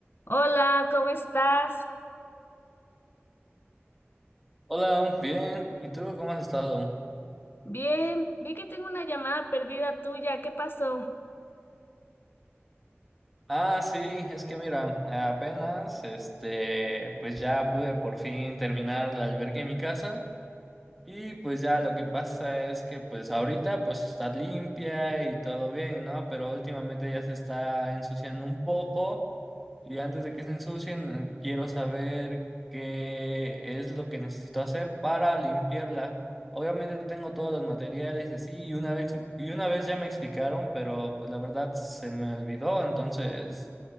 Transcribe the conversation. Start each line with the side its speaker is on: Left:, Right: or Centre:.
Left: Hola, ¿cómo estás?
Centre: Hola, bien. ¿Y tú cómo has estado?
Left: Bien, vi que tengo una llamada perdida tuya. ¿Qué pasó?
Centre: Ah, sí, es que mira, apenas, este, pues ya pude por fin terminar la albergue en mi casa Y pues ya lo que pasa es que pues ahorita pues está limpia y todo bien, ¿no? Pero últimamente ya se está ensuciando un poco y antes de que se ensucien eh, quiero saber qué es lo que necesito hacer para limpiarla. Obviamente tengo todos los materiales y así y una vez y una vez ya me explicaron, pero pues la verdad se me olvidó, entonces